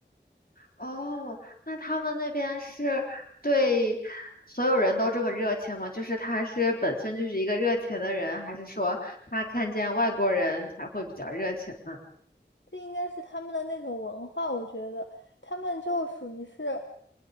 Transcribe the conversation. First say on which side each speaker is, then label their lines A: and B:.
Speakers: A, on the left; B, on the left.
A: 哦，那他们那边是对所有人都这么热情吗？就是他是本身就是一个热情的人，还是说他看见外国人才会比较热情呢？
B: 这应该是他们的那种文化，我觉得他们就属于是